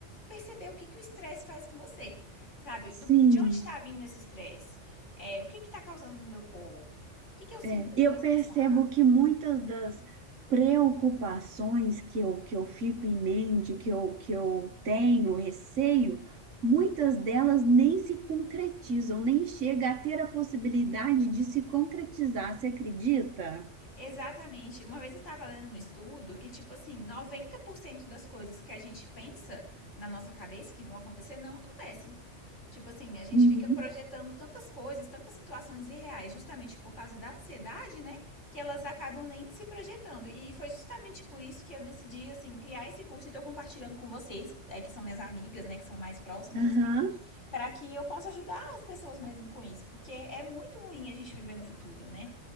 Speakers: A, on the left; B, on the right.
A: perceber o que, que o estresse faz com você, sabe?
B: sim,
A: Do- de onde está vindo esse estresse? É, o que está causando no meu corpo? O que, que eu sinto
B: é.
A: quando
B: Eu
A: eu estou estressada?
B: percebo que muitas das preocupações que eu, que eu fico em mente, que eu, que eu tenho, receio, muitas delas nem se concretizam, nem chega a ter a possibilidade de se concretizar, você acredita?
A: Exatamente. Uma vez eu tava lendo um estudo que, tipo assim, 90% das coisas que a gente pensa na nossa cabeça que vão acontecer não acontecem. Tipo assim, a gente
B: Uhum.
A: fica projetando tantas coisas, tantas situações irreais, justamente por causa da ansiedade, né? Que elas acabam nem se projetando. E foi justamente por isso que eu decidi, assim, criar esse curso e tô compartilhando com vocês, é, que são minhas amigas, né? Que são mais próximas,
B: Aham.
A: assim para que eu possa ajudar as pessoas mesmo com isso, porque é muito ruim a gente viver no futuro, né?